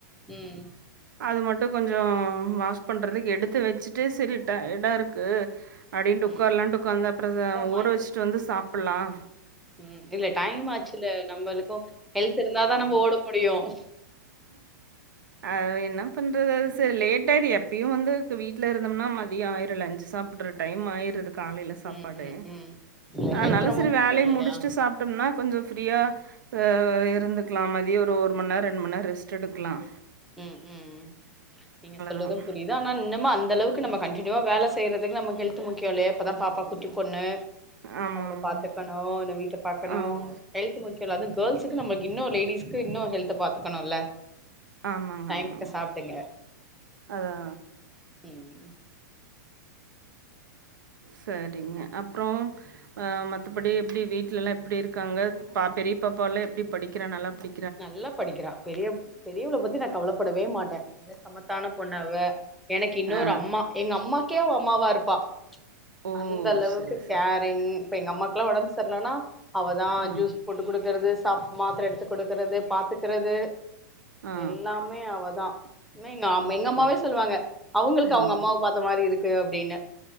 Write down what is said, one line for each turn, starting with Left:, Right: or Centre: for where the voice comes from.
Centre: ம்
Right: அது மட்டும் கொஞ்சம் வாஸ் பண்றதுக்கு எடுத்து வச்சுட்டு சரி டைய்டா இருக்கு அப்டின்னுட்டு
Centre: ம்
Right: உக்கார்லான்டு உக்காந்தா அப்றம்
Centre: அதாம்மா
Right: ஆ ஊற வச்சுட்டு வந்து சாப்புல்லாம்
Centre: உம் இல்ல டைம் ஆச்சுல்ல நம்மளுக்கும் ஹெல்த் இருந்தாதான் நம்ம ஓட முடியும்
Right: அவ் இன்னு என்ன பண்றது அது ச லேட்ட ஆயி எப்பியும் வந்து வீட்ல இருந்தோம்னா மதியம் ஆயிரும்ல லஞ்சு சாப்புட்ற டைம் ஆயிருது காலையில சாப்பாடு
Centre: ம் ம் ம் இல்ல
Right: அத்னால
Centre: ஹெல்த் ரொம்ப
Right: சரி
Centre: முக்கியோ
Right: வேலைய
Centre: இல்லையா
Right: முடிச்சுட்டு சாப்ட்டோம்னா கொஞ்சம் ஃப்ரீயா ஆ இருந்துக்லாம் மதியோம் ஒரு மண் நேரொ ரெண்டு மண் நேரொ ரெஸ்ட் எடுக்லாம்
Centre: உம் உம் நீங்க சொல்றதும்
Right: தான்
Centre: புரி யுது ஆனா இன்னம்மா அந்த அளவுக்கு நம்ம கண்டினியூவா வேல செய்றதுக்கு நம்ம ஹெல்த்து முக்கியம் இல்லையா இப்பதா பாப்பா குட்டி பொண்ணு
Right: ஆமா
Centre: அவ்ள
Right: ஆமா
Centre: பாத்துக்கணு இன்னூ வீட்ட பாக்கணூ
Right: ஆமா
Centre: ஹெல்த் முக்கியம் அது கேல்ஸுக்கு நம்ளுக்கு இன்னும் லேடீஸ்க்கு இன்னும் ஹெலத்த பாத்துக்கணுல்ல
Right: ஆமாங்க
Centre: டைமுக்கு
Right: ஆமாங்க
Centre: சாப்டுங்க
Right: அதுதா
Centre: ம்
Right: சேரிங்க அப்றோம் ஆ மத்தபடி எப்டி வீட்லலாம் எப்டி இருக்காங்க பா பெரிய பாப்பாவலா எப்டி படிக்கிறா நல்லா படி
Centre: நல்லா படிக்கிறா பெரிய பெரியவள பத்தி நா கவலப்படவே மாட்டேன் சமத்தான பொண்ணு அவ எனக்கு இன்னொரு
Right: ஆ
Centre: அம்மா எங்க அம்மாக்கே அவ அம்மாவா இருப்பா
Right: ஓ
Centre: அந்த அளவுக்கு
Right: சரி சரி
Centre: கேரிங் இப்ப எங்க அம்மாக்ல்லாம் ஒடம்பு சரியில்லனா அவதா
Right: ஆ
Centre: ஜூஸ் போட்டு குடுக்குறது சாப் மாத்தர எடுத்து குடுக்குறது பாத்துக்கிறது
Right: ஆ
Centre: எல்லாம் மே அவதா மே எங் அம்
Right: ஓகே
Centre: எங்க அம்மாவே
Right: ஓகே
Centre: சொல்வாங்க அவுங்ளுக்கு
Right: ம்
Centre: அவுங்க அம்மாவ பாத் த மாரி இருக்கு அப்டின்னு